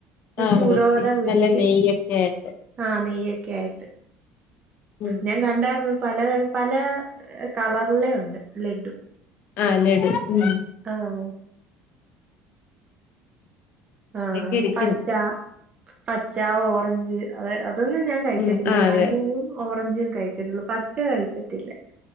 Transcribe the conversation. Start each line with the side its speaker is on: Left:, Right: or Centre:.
Left: ആഹ്
Right: ചൂടോടെ
Left: വരട്ടി
Right: ഉരുട്ടി
Left: നല്ല നെയ്യൊക്കെ ആയിട്ട്
Right: ആഹ് നെയ്യൊക്കെ ആയിട്ട്
Left: ഉം
Right: ഞാൻ കണ്ടായിരുന്നു പലതരത്തി- പല കളറിലെ ഉണ്ട് ലഡു
Left: ആഹ് ലഡു ഉം
Right: ആഹ് ആഹ്
Left: ഒക്കെ ഇരിക്കുന്നു
Right: പച്ച പച്ച ഓറഞ്ച് അതൊന്നും ഞാൻ കഴിച്ചിട്ടില്ല
Left: ഉം ആഹ്
Right: മഞ്ഞയും
Left: അതെ
Right: ഓറഞ്ചും കഴിച്ചിട്ടുള്ളൂ പച്ച കഴിച്ചിട്ടില്ല